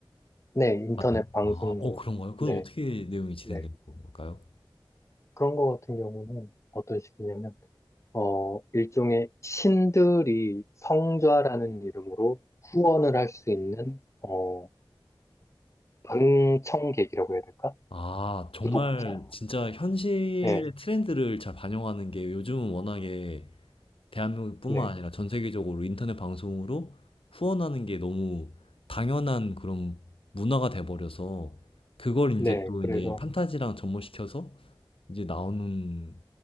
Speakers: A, on the left; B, on the left.
A: 네, 인터넷
B: 맞나요?
A: 방송물.
B: 아 어 그런가요? 그건
A: 네,
B: 어떻게 내용이 진행되는
A: 네.
B: 걸까요?
A: 그런 거 같은 경우는 어떤 식이냐면, 어, 일종의 신들이 성좌라는 이름으로 후원을 할 수 있는, 어, 방청객이라고 해야 될까?
B: 아 정말
A: 구독자?
B: 진짜 현실의
A: 네,
B: 트렌드를 잘 반영하는 게 요즘은 워낙에 대한민국뿐만
A: 네.
B: 아니라 전 세계적으로 인터넷 방송으로 후원하는 게 너무 당연한 그런 문화가 돼 버려서 그걸
A: 네,
B: 이제 또
A: 그래서
B: 이제 판타지랑 접목시켜서 이제 나오는